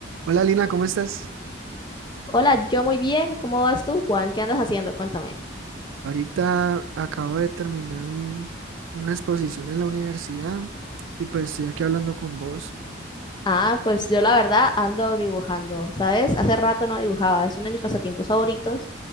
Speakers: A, on the right; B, on the left.
A: Hola Lina, ¿cómo estás?
B: Hola, yo muy bien. ¿Cómo vas tú, Juan? ¿Qué andas haciendo? Cuéntame.
A: Ahorita acabo de terminar un- una exposición en la universidad y pues estoy aquí hablando con vos.
B: Ah, pues yo la verdad ando dibujando, ¿sabes? Hace rato no dibujaba, es uno de mis pasatiempos favoritos,